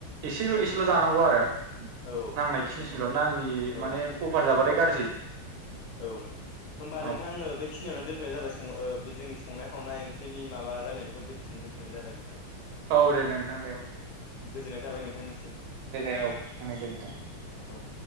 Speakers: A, on the right (about 75°); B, on the left (about 75°).
A: एसेल' एसेल' जानांगौ आरो
B: औ
A: नांनाय खिनिसिमल' नांनि
B: औ
A: माने अफार जाबाथाय गाज्रि
B: औ नोंथां होमबा
A: औ
B: नोंथां ओ बेखिनियावनो दोनथ'नाय जाबाय बे जोंनिं संनाय खावनाय ओंख्रिनि माबा रायलायखौ बेखिनियावनो दोनथ'नाय जाबाय नों
A: औ दे नोंथां दे
B: गोजोननाय थाबाय नोंथांनिसिम
A: औ <unintelligible>
B: औ